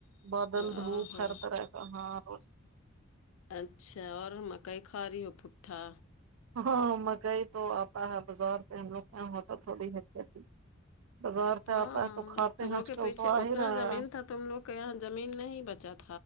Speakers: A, on the right (about 85°); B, on the left (about 80°).
A: بدل
B: او
A: دھوپ
B: ہو
A: ف ہرد رہ ہے گ ہاں رو
B: اچھا اور مکئی کھا رہی ہو پٹھا
A: ہاں مکئی تو آتا ہے بازار پہ ہم لوگ یہ ہوتا تھوڑی حقت بازار سے
B: ہاں
A: آتا ہے تو کھاتے
B: تم
A: ہیں
B: لوگ
A: آج
B: کے
A: کل
B: پیچھے
A: تو آ
B: اتنا
A: ہی رہا
B: زمین
A: ہے
B: تھا تم لوگ کے یہاں زمین نہیں بچاتا